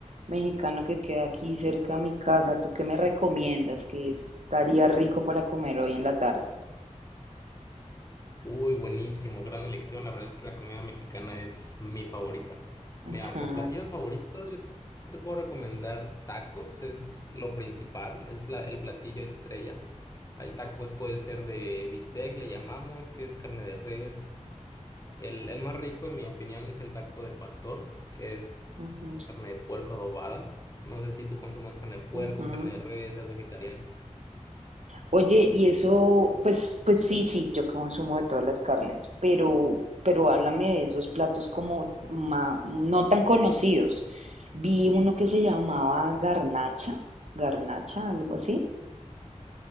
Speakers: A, on the right (about 65°); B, on the left (about 25°).
A: mexicano que queda aquí cerca de mi casa. ¿Tú qué me recomiendas? Que estaría rico para comer hoy en la tarde.
B: Uy, buenísimo, gran elección. La verdad es que la comida mexicana es mi favorita.
A: Ajá,
B: Mira, por platillos favoritos, yo te puedo recomendar tacos, es lo principal, es la, el platillo estrella. Hay tacos, puede ser de bistec, le llamamos, que es carne de res. El, el más rico, en mi opinión, es el taco de pastor, que es
A: ajá,
B: carne de puerco adobada. No sé si tú consumas carne de puerco,
A: ajá.
B: carne de res, seas vegetariano.
A: Oye, y eso, pues, pues sí, sí, yo consumo de todas las carnes, pero, pero háblame de esos platos como ma- no tan conocidos. Vi uno que se llamaba garnacha, garnacha, algo así.